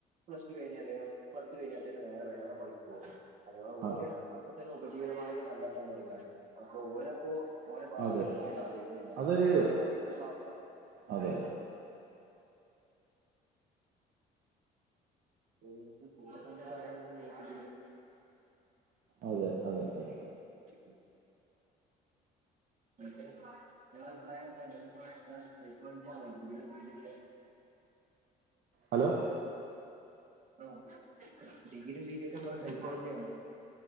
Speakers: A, on the right; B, on the right.
A: പ്ലസ്റ്റു കഴിഞ്ഞാല് പത്ത് കഴിഞ്ഞാല് നേരെ വേറെ പണിക്ക് പോകും. അഥവാ ഓര്
B: അ
A: അപ്പതന്നെ ഉപജീവനമാർഗ്ഗം കണ്ടെത്താൻതൊട്ങ്ങാണ്. അപ്പൊ ഓരപ്പോ ഓരെ ഭാവിയെപറ്റിയല്ലാം
B: അതെ
A: ആലോയ്ക്ക്ണില്ല
B: അതൊരു
A: ഓരെ അവസ്ഥ അവസ്ഥൽ മാത്രം
B: അതെ
A: അലൊയ്ക്ക്ണ <inaudible>
B: അതെ അതെ അതെ
A: <inaudible> എന്നിട്ട് നിങ്ങളെ അഭിപ്രായന്താ എന്നോട്പ്പോ സൈക്കോളജിയാണോ <unintelligible>
B: ഹലോ
A: ആഹ് ഡിഗ്രിം പീജിം നിങ്ങള് സൈക്കോളജിയാണോ